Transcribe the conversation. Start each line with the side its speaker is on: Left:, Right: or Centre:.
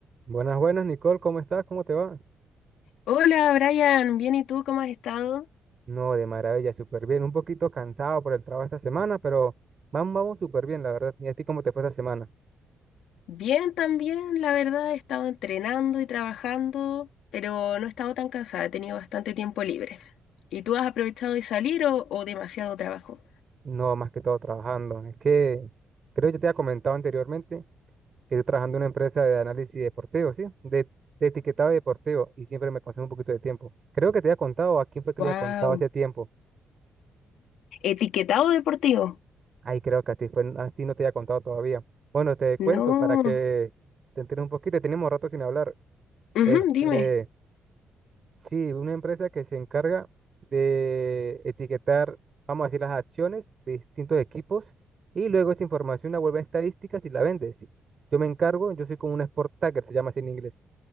Right: Buenas, buenas, Nicole, ¿cómo estás? ¿Cómo te va?
Left: Hola Brian, bien, ¿y tú cómo has estado?
Right: No, de maravilla, súper bien. Un poquito cansado por el trabajo esta semana, pero vamos, vamos súper bien, la verdad. ¿Y a ti cómo te fue esta semana?
Left: Bien también, la verdad, he estado entrenando y trabajando, pero no he estado tan cansada, he tenido bastante tiempo libre. ¿Y tú has aprovechado de salir o, o demasiado trabajo?
Right: No, más que todo trabajando. Es que creo que ya te había comentado anteriormente que estoy trabajando en una empresa de análisis deportivo, ¿sí? De, de etiquetado deportivo y siempre me consume un poquito de tiempo. Creo que te había contado, ¿a quién fue que
Left: Wow.
Right: le había contado hace tiempo?
Left: ¿Etiquetado deportivo?
Right: Ay, creo que a ti, fue, a ti no te había contado todavía. Bueno, te cuento
Left: No.
Right: para que te enteres un poquito. Tenemos rato sin hablar.
Left: Ujú,
Right: Este.
Left: dime.
Right: Sí, una empresa que se encarga de etiquetar, vamos a decir, las acciones de distintos equipos y luego esa información la vuelve a estadísticas y la vende. Sí. Yo me encargo, yo soy como un sport tagger, se llama así en inglés.